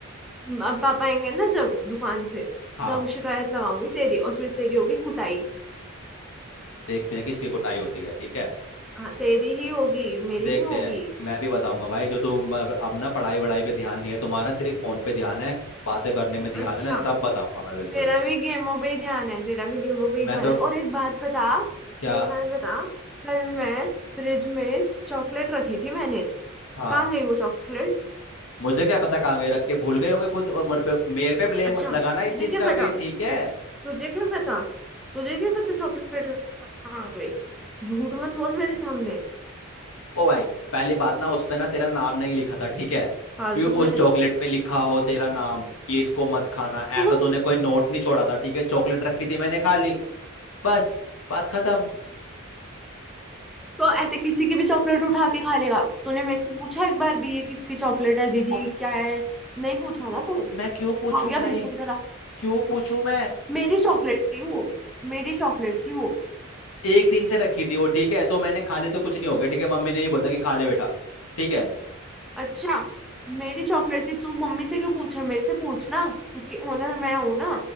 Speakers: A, in the centre; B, on the left (about 75°).
A: म- पापा आएंगे ना जब दुकान से
B: हाँ
A: तब शिकायत लगाऊंगी तेरी और फिर तेरी होगी कुटाई
B: देखते हैं किसकी कुटाई होती है ठीक है
A: हाँ तेरी ही होगी मेरी
B: देखते
A: नहीं होगी
B: हैं मैं भी बताऊंगा भाई जो तू म- अब ना पढ़ाई वढ़ाई पे ध्यान नहीं है तुम्हारा सिर्फ फोन पे ध्यान है बातें करने में ध्यान
A: अच्छा
B: है ना सब बताऊंगा मैं बिल्कुल
A: तेरा भी गेमों पे ही ध्यान है तेरा भी गेमों पे ही
B: मैं
A: ध्यान
B: तो
A: है और एक बात बता
B: क्या
A: एक बात बता कल मैं फ्रिज में चॉकलेट रखी थी मैंने
B: हाँ
A: कहाँ गई वो चॉकलेट
B: मुझे क्या पता कहाँ गए रख के भूल गए होंगे खुद और मेरे पे मेरे पे ब्लेम
A: अच्छा
B: मत लगाना
A: तुझे
B: इस चीज
A: क्या
B: का
A: पता
B: भी ठीक है
A: तुझे क्या पता तुझे क्या पता चॉकलेट कहाँ गई झूठ मत बोल मेरे सामने
B: ओ भाई पहली बात ना उस पे ना तेरा नाम नहीं लिखा था ठीक है
A: फालतू
B: कि उस
A: में
B: चॉकलेट पे लिखा हो तेरा नाम कि इसको मत खाना
A: तो
B: ऐसा तूने कोई नोट नहीं छोड़ा था ठीक है चॉकलेट रखी थी मैंने खा ली बस बात खत्म
A: तो ऐसे किसी की भी चॉकलेट उठा के खा लेगा तूने मेरे से पूछा एक बार भी ये किसकी चॉकलेट है दीदी
B: अब
A: क्या है नहीं पूछा ना तूने
B: मैं क्यों पूछूं
A: खा गया
B: भाई
A: भैंसों की तरह
B: क्यों पूछूं मैं
A: मेरी चॉकलेट थी वो मेरी चॉकलेट थी वो
B: एक दिन से रखी थी वो ठीक है तो मैंने खा ली तो कुछ नहीं हो गया ठीक है मम्मी ने ये बोला कि खा ले बेटा ठीक है
A: अच्छा मेरी चॉकलेट थी तू मम्मी से क्यों पूछ रहा मेरे से पूछना उसकी ओनर मैं हूं ना